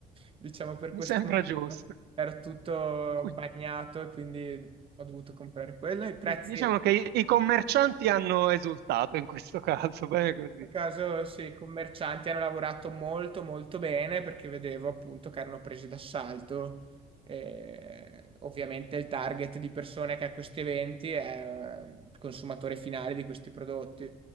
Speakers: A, on the right; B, on the right.
A: Diciamo per
B: Mi
A: questo
B: sembra
A: motivo
B: giusto.
A: era tutto
B: Qui-
A: bagnato e quindi ho dovuto comprare quello. I prezzi,
B: i- Diciamo
A: in
B: che i i commercianti hanno esultato in questo caso, bene così.
A: questo caso, sì, i commercianti hanno lavorato molto molto bene perché vedevo appunto che erano presi d'assalto. Eh, ovviamente il target di persone che a questi eventi è eh, il consumatore finale di questi prodotti